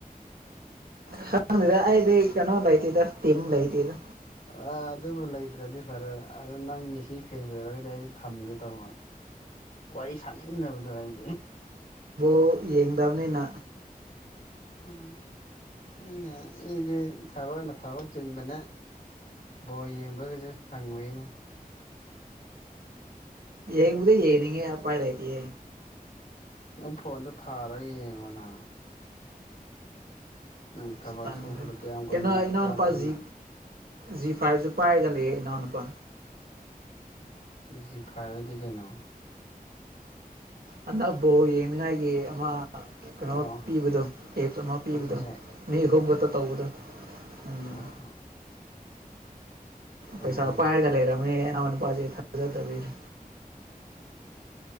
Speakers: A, on the right; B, on the left.
A: ꯈꯪꯗꯦꯗ ꯑꯩꯗꯤ ꯀꯅꯣ ꯂꯩꯇꯦꯗ ꯇꯤꯝ ꯂ ꯂꯩꯏꯇꯦꯗ
B: ꯑ ꯑꯗꯨꯕꯨ ꯂꯩꯇ꯭ꯔꯗꯤ ꯐꯔꯦ ꯑꯗ ꯅꯪ ꯃꯦꯁꯤ ꯐꯦꯟꯁ ꯑꯣꯏꯔꯒꯗꯤ ꯑꯩꯁꯨ ꯊꯝꯒꯦ ꯇꯧꯕ ꯋꯥꯔꯤ ꯁꯥꯅꯤꯡꯗꯕꯗꯣ ꯍꯥꯏꯗꯤ
A: ꯑꯣ ꯌꯦꯡꯗꯝꯅꯤꯅ
B: ꯎꯝ <unintelligible> ꯑꯩꯗꯤ ꯊꯕꯛꯅ ꯊꯕꯛ ꯆꯤꯟꯕꯅꯦ ꯕꯣꯜ ꯌꯦꯡꯕꯒꯁꯨ ꯁꯪꯉꯨꯏꯅꯦ
A: ꯌꯦꯡꯕꯨꯗꯤ ꯌꯦꯡꯅꯤꯡꯉꯦ ꯎꯄꯥꯏ ꯂꯩꯇꯦ
B: ꯅꯪ ꯐꯣꯟꯗꯣ ꯊꯥꯔꯒ ꯌꯦꯡꯉꯣ ꯅ ꯅꯪ ꯊꯕꯛ
A: ꯑꯁ ꯇꯟꯈ꯭ꯔꯦ
B: ꯁꯨꯕꯗꯣ ꯀꯌꯥꯝ ꯀꯨꯏꯅ
A: ꯀꯩꯅꯣ ꯏꯅꯥꯎꯅꯨꯄꯥ
B: ꯀꯌꯥꯝ ꯀꯨꯏꯅ
A: ꯖꯤ ꯖꯤ ꯐꯥꯏꯚꯁꯨ ꯄꯥꯏꯔꯒ ꯂꯩꯌꯦ ꯏꯅꯥꯎ ꯅꯨꯄꯥ
B: ꯖꯤꯐꯥꯏꯗꯤ ꯀꯩꯅꯣ
A: ꯍꯟꯗꯛ ꯕꯣꯜ ꯌꯦꯡꯅꯤꯉꯥꯏꯒꯤ ꯑꯃ ꯀꯩꯅꯣ
B: ꯑꯣ
A: ꯄꯤꯕꯗꯣ ꯑꯦꯞꯁ ꯑꯃ ꯄꯤꯕꯗꯣ
B: ꯑꯠꯆꯥꯆꯥ
A: ꯃꯤ ꯑꯍꯨꯝ ꯈꯛꯇ ꯇꯧꯕꯗꯣ ꯎꯝ
B: ꯍ ꯍ
A: ꯄꯩꯁꯥ
B: ꯌꯥꯏꯅꯦ
A: ꯄꯥꯏꯔꯒ ꯂꯩꯔꯝꯃꯦ ꯏꯅꯥꯎ ꯅꯨꯄꯥꯁꯦ ꯊꯥꯖꯗꯕꯤꯗ